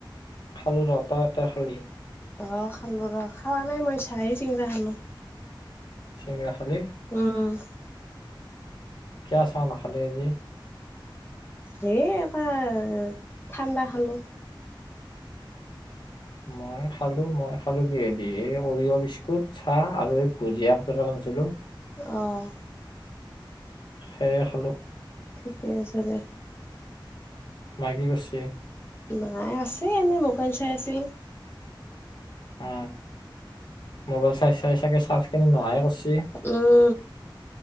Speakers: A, on the left; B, on the left.
A: খালো ৰ তহঁতে খালি
B: অ খালো ৰ খাৱা নাই মই চাইে চিঙৰা খালো
A: চিঙৰা খালি
B: উম
A: কিয় চাহ নাখালি আজি
B: হেই এপাৰ ঠাণ্ডা খালো <unintelligible>
A: মোৰ খালো মই খালো কিহেদি এই অৰিয়হ বিস্কুট চাহ আৰু এই ভুজিয়া <unintelligible> ছিলো
B: অ
A: সেয়ে খালোঁ
B: ঠিকে আছে দে
A: মাই কি কিৰ্চে
B: মাই আছে এনে মোবাইল চাই আছিল
A: উ মোবাইল চাই চাই চাগে চাৰ্জ খিনি নোহাই কৰিছে
B: উম